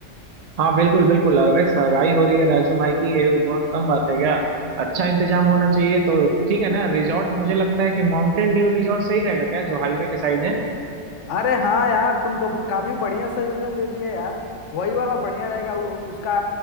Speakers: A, on the right; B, on the left.
A: हाँ बिल्कुल बिल्कुल अरे सगाई हो रही है राजू भाई की ये बहुत कम बात है क्या अच्छा इंतजाम होना चाहिए तो ठीक है ना रिजॉर्ट मुझे लगता है कि माउंटेन ड्यू रिजॉर्ट सही रहेगा क्या जो हाईवे के साइड है
B: अरे हाँ यार तुम तो काफी बढ़िया सजेशन दे दिया यार वही वाला बढ़िया रहेगा उ, उसका